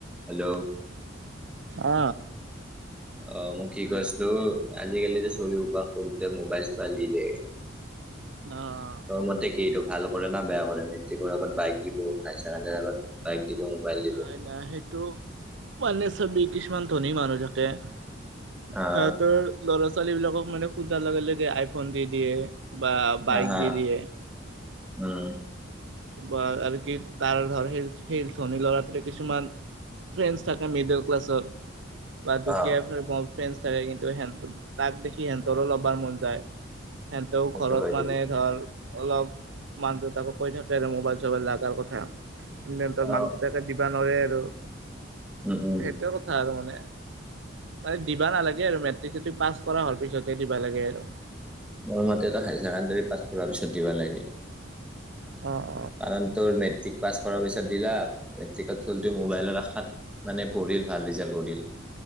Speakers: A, in the centre; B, on the right (about 65°).
A: হেল্ল'।
B: অ।
A: অ মই কি কৰিছিলো আজিকালি যে চৰি উপ সৰুতে মোবাইল চোবাইল দি দিয়।
B: অ',
A: তৰ মতে কি এইটো। ভাল কৰে না বেয়া কৰে, মেট্ৰিকৰ আগত বাইক দিব হায়াৰ ছেকেণ্ডাৰীৰ আগত। বাইক দিব মোবাইল দিব
B: নাই নাই সেইটো মানে চব কিছুমান ধনি মানুহ থাকে। সিহতৰ
A: আহ
B: ল'ৰা ছোৱালী বিলাকক মানে খোজাৰ লগে লগে আইফোন দি দিয়ে। বা
A: হা
B: বাইক
A: হা
B: দি দে।
A: উম
B: বা আৰু কি তাৰ ধৰ সেই সেই ধনী লৰাটৰে কিছুমান। ফ্ৰেণ্ডছ থাককা মিডল ক্লছৰ। বা দুখীয়া
A: অ
B: ফ্ৰেণ্ড থাকে কিন্তু সিহত তাক দেখি সিহঁতৰো ল'বাৰ মন যায়। সেহতেও
A: সেইটো
B: ঘৰত
A: হয় দেচোন
B: মানে ধৰ অলপ মান দেউতাকো ক থাকে। মোবাইল চবাইল লগাৰ কথা, ইটাৰনেটৰ
A: অ
B: মানকেইটাকে দিবা নোৱাৰে আৰু।
A: উম উম
B: সেইটোয়ে কথা আৰু মানে। মান দিবা নালাগে আৰু মেট্ৰিক চ পাছ কৰা হোৱাৰ পিছতে দিবা লাগে আৰু।
A: মোৰ মতেতো হায়াৰ ছেকেণ্ডাৰী পাছ কৰাৰ পিছত দিবা লাগে।
B: অ।
A: কাৰণ তোৰ মেট্ৰিক পাছ কৰাৰ পিছত দিলা, মেট্ৰিকত হল ত মোবাইলৰ আশাত মানে পঢ়। ভ ৰিজ্ কৰিল,